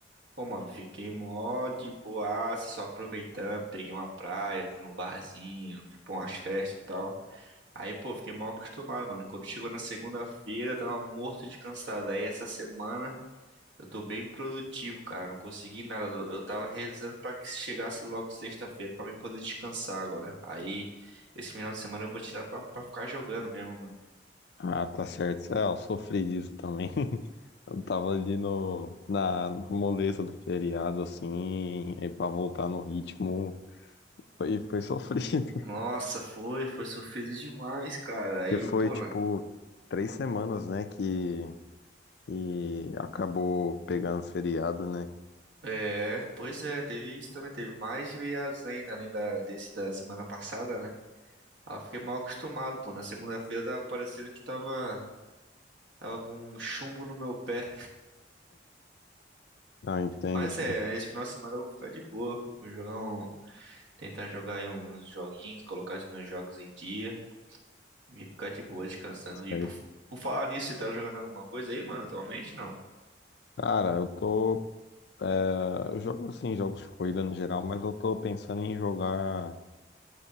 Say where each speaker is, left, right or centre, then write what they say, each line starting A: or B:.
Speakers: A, on the right; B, on the left.
A: Pô, mano, fiquei mó de boaça, só aproveitando, peguei uma praia, fui no barzinho, fui pra umas festas e tal. Aí, pô, fiquei mal acostumado, mano. Quando chegou na segunda-feira, eu tava morto de cansado. Aí, essa semana, eu tô bem produtivo, cara. Não consegui nada. Eu eu tava rezando pra que chegasse logo sexta-feira pra mim poder descansar agora. Aí, esse final de semana eu vou tirar pra, pra ficar jogando mesmo, mano.
B: Ah, tá certo. Ah, eu sofri disso também. <laughs> Eu tava ali no, na, na moleza do feriado, assim, e pra voltar no ritmo, foi, foi sofrido.
A: Nossa, foi, foi sofrido demais, cara.
B: <laughs>
A: Aí,
B: Que foi,
A: pô,
B: tipo, três semanas, né, que, que acabou pegando feriado, né?
A: É, pois é, teve isso também, teve mais feriados ainda, além da, desse da semana passada, né? Ah, fiquei mal acostumado, pô. Na segunda-feira tava parecendo que tava, tava com um chumbo no meu pé.
B: Ah, entendo,
A: Mas
B: pô.
A: é, esse final de semana eu vou ficar de boa. Vou jogar um, tentar jogar aí uns joguinhos, colocar os meus jogos em dia e ficar de boa descansando. E
B: Certo.
A: por, por falar nisso, você tá jogando alguma coisa aí, mano, atualmente, não?
B: Cara, eu tô. é, eu jogo assim, jogos de corrida no geral, mas eu tô pensando em jogar